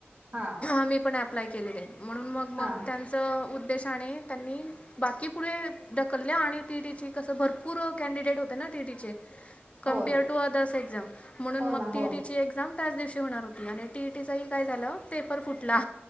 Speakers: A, on the right; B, on the left.
A: हां.
B: मी पण अप्लाय केलेलंय, म्हणून मग मग
A: हा
B: त्यां असं उद्देशाने त्यांनी, बाकी पुढे ढकललं आणि टी टीची. तसं, भरपूर कॅन्डिडेट होते ना टीटीचे. कम्पेअर
A: होय
B: टू अदर्स एक्झाम म्हणून,
A: हो
B: मग
A: ना हो
B: टीएटीची एक्झाम. त्याच दिवशी होणार होती, आणि टीई टीचंही काय झालं पेपर फुटला